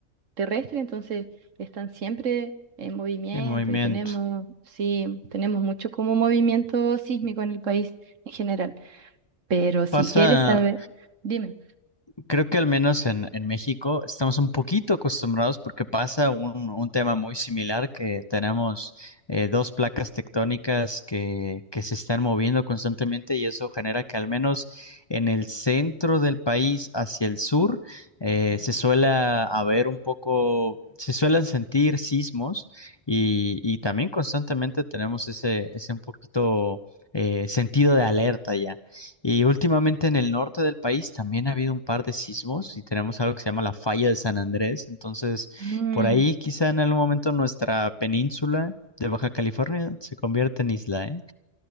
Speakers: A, on the right; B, on the left.
A: terrestre, entonces están siempre en movimiento
B: En movimiento.
A: y tenemos, sí, tenemos mucho como movimiento sísmico en el país en general. Pero si
B: Pasa,
A: quieres saber, dime.
B: creo que al menos en, en México estamos un poquito acostumbrados porque pasa un, un tema muy similar que tenemos eh, dos placas tectónicas que, que se están moviendo constantemente y eso genera que al menos en el centro del país hacia el sur eh, se suele haber un poco, se suelen sentir sismos y, y también constantemente tenemos ese, ese un poquito eh, sentido de alerta ya. Y últimamente en el norte del país también ha habido un par de sismos y tenemos algo que se llama la falla de San Andrés. Entonces,
A: Mm.
B: por ahí quizá en algún momento nuestra península de Baja California se convierte en isla, ¿eh?